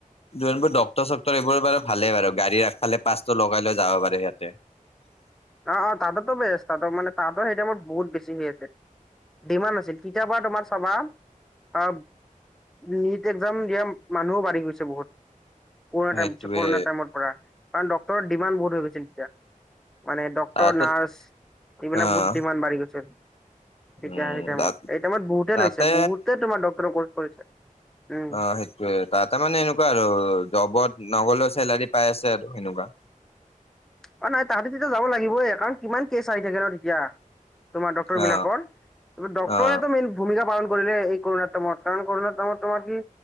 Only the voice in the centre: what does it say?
অ অ তাতটো বেছ তাতৰ মানে তাতো সেইটো মমাৰ বহুত বেছি হৈ আছে। ডিমাড আছিল তিতাৰাপাৰ তোমাৰ চাবা অ নিট এক্সম দিয়া মানুহো বাঢ়ি গৈছে বহুত কৰুণা
কৰুণা টাইমৰ পৰা কাৰণ ডক্টৰ ডিমাণ্ড বহুত হৈ গৈছিল তেতিয়া মানে ডক্তৰ
নাৰ্চ এইবিলাক
বহুত ডিমাণ্ড বাঢ়ি গৈছে। তেতিয়া
সেই টাইত
এই টাইমত বহুতে
লৈছে বহুতে তোমাৰ ডক্টৰ কৰ্চ কৰিছে। উম
অ নাই তাহাঁতে তেতিয়া যাব লাগিবইে কাৰণ কিমান কেছ আহি থাকে ন তেতিয়া তোমাৰ ডক্টৰ
বিলাকৰ ডক্টৰে
মেইন ভূমিকা পালন কৰিলে এই কৰুণা টাইমত কাৰণ কৰুণা তামত তোমাৰ কি